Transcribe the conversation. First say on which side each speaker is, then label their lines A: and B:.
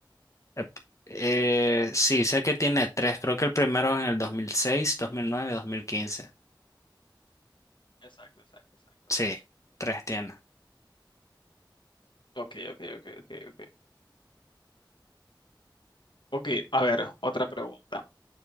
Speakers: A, on the left (about 40°); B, on the left (about 75°).
A: Eh, eh, sí, sé que tiene tres. Creo que el primero es en el dos dos mil mil seis dos mil nueve dos mil quince.
B: Exacto, exacto, exacto.
A: Sí, tres tiene.
B: Ok, ok, ok, ok, ok. Ok, a ver, otra pregunta.